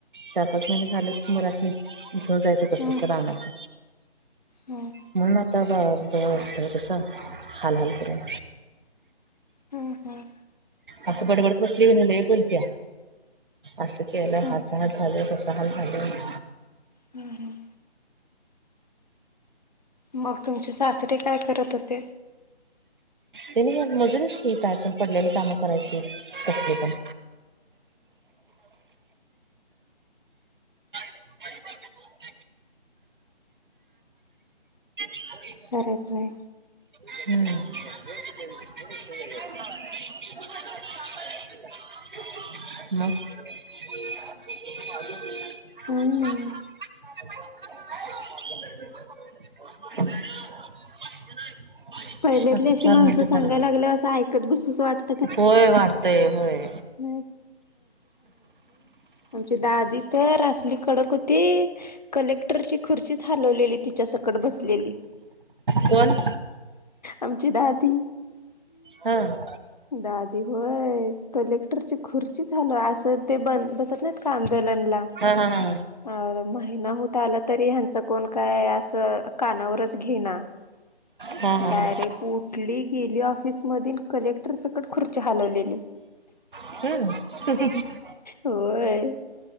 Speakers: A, on the right (about 50°); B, on the left (about 40°).
A: चार पाच महिने झाले की <unintelligible> घेऊन जायचं तसंच
B: हम्म
A: रानात
B: हम्म
A: म्हणून आता <unintelligible> तसं हाल हाल करून
B: हम्म हम्म.
A: असं बडबडत बसली कणी लई बोलत्या असं केलं
B: हम्म.
A: असं हाल खाल्ल तसं. हाल झालं.
B: हम्म हम्म. मग तुमचे सासरे काय करत होते.
A: तेनी होय मजुरीचं की काय पण पडलेली कामं करायची कसली पण <inaudible> <unintelligible>
B: खरंच आहे.
A: हम्म. <unintelligible> मग
B: <inaudible>
A: <inaudible>
B: काय नाही.
A: <inaudible> <inaudible>
B: पहिल्यातली
A: आता
B: अशी
A: चार
B: माणसं
A: मिनिटं
B: सांगाय
A: झाला.
B: लागल्याव असं ऐकत बसूस वाटत.
A: होय वाढतय होय.
B: <unintelligible> आमची दादी तर असली कडक होती. कलेक्टरची खुर्चीच हलवलेली तिच्या सकट बसलेली.
A: कोण?
B: आमची दादी.
A: हा.
B: दादी होय कलेक्टरची खुर्ची झाल असं ते बन बसत नाही. आंदोलनला अ
A: हा हा हा
B: महिना होत आला तरी ह्यांचं कोण काय असं कानावरच घेना.
A: हा हा
B: डायरेक्ट.
A: हा
B: उठली गेली ऑफिसमधी न कलेक्टर सकट खुर्ची हलवलेली.
A: होय.
B: व्हय